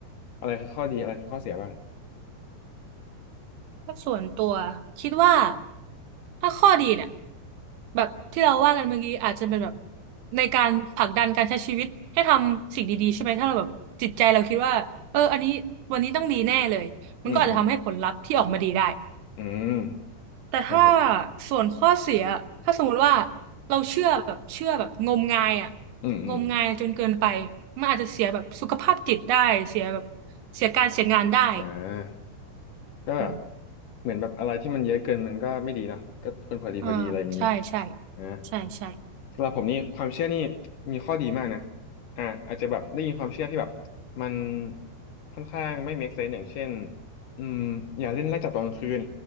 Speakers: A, on the left; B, on the right.
A: อะไรคือข้อดีอะไรคือข้อเสียบ้าง
B: ถ้าส่วนตัวคิดว่าถ้าข้อดีเนี่ยแบบที่เราว่ากันเมื่อกี้อาจจะเป็นแบบในการผลักดันการใช้ชีวิตให้ทำสิ่งดีๆใช่ไหมถ้าเราแบบจิตใจเราคิดว่าเอออันนี้วันนี้ต้องดีแน่เลยมันก็อาจจะทำให้ผลลัพธ์ที่ออกมาดีได้
A: อืมอืมอืม
B: แต่ถ้า
A: นะครับ
B: ส่วนข้อเสียถ้าสมมติว่าเราเชื่อแบบเชื่อแบบงมงายอ่ะ
A: อืมอืม
B: งมงายจนเกินไปมันอาจจะเสียแบบสุขภาพจิตได้เสียแบบเสียการเสียงานได้
A: อ่าก็
B: อืม
A: เหมือนแบบอะไรที่มันเยอะเกินมันก็ไม่ดีเนอะก็ควรพอดีพอดีอะไรอย่างนี้
B: อ่าใช่ใช่
A: อ่า
B: ใช่ใช่
A: สำหรับผมนี่ความเชื่อนี่มีข้อดีมากนะอ่าอาจจะแบบได้ยินความเชื่อที่แบบมันค่อนข้างไม่ make sense อย่างเช่นอืมอย่าเล่นไล่จับตอนกลางคืน